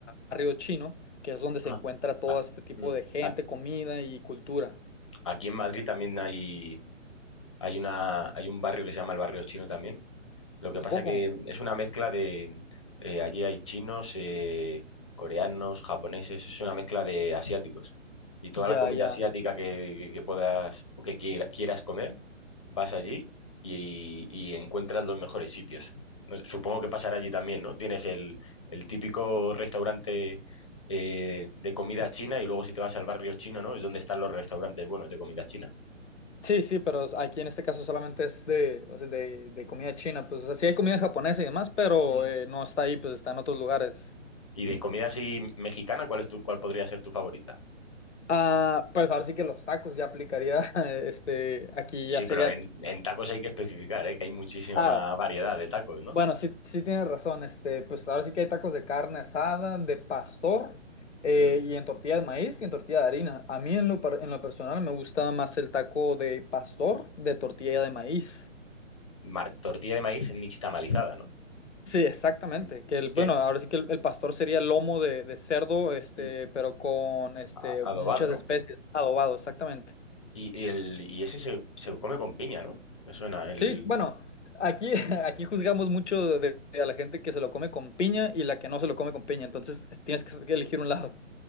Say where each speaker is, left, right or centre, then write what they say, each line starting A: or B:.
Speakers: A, on the left; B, on the left.
A: Barrio Chino, que es donde se
B: Ah,
A: encuentra todo
B: ah,
A: este tipo
B: mm.
A: de gente,
B: A-
A: comida y cultura.
B: Aquí en Madrid también hay, hay una, hay un barrio que se llama el barrio chino también, Lo que pasa
A: ¿A poco?
B: que mm, es una mezcla de... eh, allí hay chinos, eh, coreanos, japoneses, es una mezcla de asiáticos. Y toda
A: Ya,
B: la comida
A: ya.
B: asiática que, que puedas o que quiera- quieras comer, vas allí y, y encuentras los mejores sitios. No sé, Supongo que pasará allí también, ¿no? Tienes el, el típico restaurante eh, de comida china y luego si te vas al barrio chino, ¿no? Es donde están los restaurantes buenos de comida china.
A: Sí, sí, pero aquí en este caso solamente es de, o sea, de, de comida china, pues, o sea, sí hay comida japonesa y demás, pero
B: Mm.
A: eh, no está ahí, pues está en otros lugares.
B: Y de comida así mexicana, ¿cuál es tu, cuál podría ser tu favorita?
A: Ah, pues ahora sí que los tacos ya aplicaría, <laughs> eh, este, aquí
B: Sí,
A: ya sería,
B: pero en, en tacos hay que especificar, ¿eh? Que hay muchísima
A: ah,
B: más variedad de tacos, ¿no?
A: bueno, sí, sí tienes razón, este, pues ahora sí que hay tacos de carne asada, de pastor, eh,
B: ¿Mm?
A: y en tortilla de maíz y en tortilla de harina. A mí en lo, par- en lo personal me gusta más el taco de pastor, de tortilla de maíz.
B: Mar- tortilla de maíz nixtamalizada, ¿no?
A: Sí, exactamente.
B: Mm.
A: Que el,
B: Es que
A: bueno, ahora sí que el, el pastor sería lomo de, de cerdo, este,
B: mm,
A: pero con este,
B: a- adobado,
A: muchas
B: ¿no?
A: especies, adobado, exactamente.
B: Y, y el, y ese se, se come con piña, ¿no? Me suena. El...
A: Sí, bueno, aquí, <laughs> aquí juzgamos mucho de, de a la gente que se lo come con piña y la que no se lo come con piña, entonces tienes que elegir un lado.